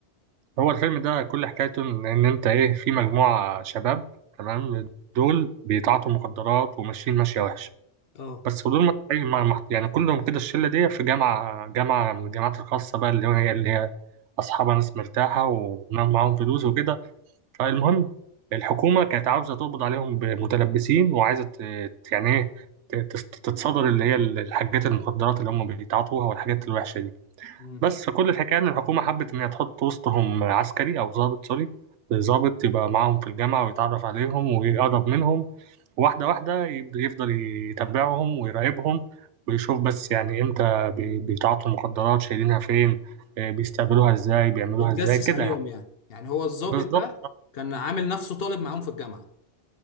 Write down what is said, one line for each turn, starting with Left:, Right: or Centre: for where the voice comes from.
Right: هو الفيلم ده كل حكايته إن إن أنت إيه في مجموعة شباب تمام دول بيتعاطوا مخدرات وماشيين ماشية وحشة
Left: اه
Right: بس ودول مدفوعين ما- ما- يعني كلهم كده الشله دي في جامعه جامعه من الجامعات الخاصه بقى اللي هي اللي هي اصحابها ناس مرتاحه ومعاهم فلوس وكده فالمهم الحكومه كانت عاوزه تقبض عليهم بمتلبسين وعايزه ت- يعني ايه ت- تت- تتصدر اللي هي الحاجات المخدرات اللي هم بيتعاطوها والحاجات الوحشه دي
Left: مم.
Right: بس فكل الحكايه ان الحكومه حبت ان هي تحط وسطهم عسكري او ضابط سوري ضابط يبقى معاهم في الجامعه ويتعرف عليهم ويقرب منهم واحدة واحدة يبدأ يفضل يتابعهم ويراقبهم ويشوف بس يعني امتى بي- بيتعاطوا المخدرات شايلينها فين آه، بيستقبلوها ازاي بيعملوها
Left: اتجسس
Right: ازاي كده
Left: عليهم
Right: يعني
Left: يعني يعني هو الضابط
Right: بالظبط
Left: ده كان عامل نفسه طالب معاهم في الجامعة